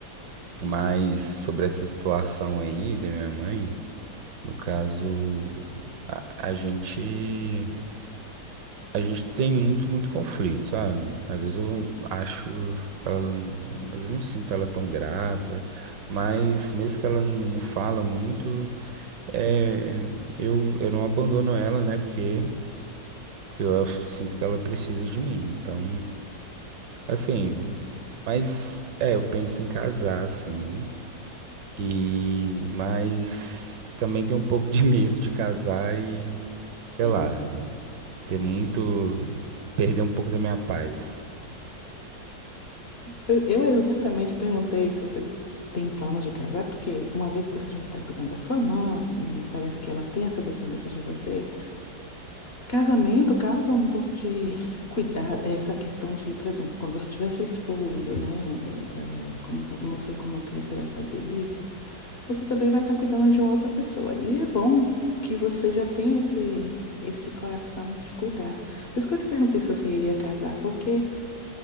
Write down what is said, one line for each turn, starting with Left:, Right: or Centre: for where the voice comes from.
Right: mas sobre essa situação aí da minha mãe, no caso, a, a gente A gente tem muito, muito conflito, sabe? Às vezes eu acho que ela, n- às vezes não sinto ela tão grata, mas mesmo que ela não não fala muito, é, eu, eu não abandono ela, né? Porque, porque eu sinto que ela precisa de mim. Então, assim, mas é, eu penso em casar, sim. E, mas também tenho um pouco de <laughs> medo de casar e, sei
Left: Entendo.
Right: lá, ter muito, perder um pouco da minha paz.
Left: Eu eu exatamente perguntei se você tem planos de casar, porque uma vez que você já está cuidando da sua mãe e parece que ela tem essa dependência de você, casamento causa um pouco de cuidado, é, essa questão de, por exemplo, quando você tiver sua esposa, né? ou, é, como, vo- não sei como é que você vai fazer isso, você também vai estar cuidando de uma outra pessoa. E é bom que você já tem esse, esse coração de cuidar. Por isso que eu te perguntei se você iria casar, porque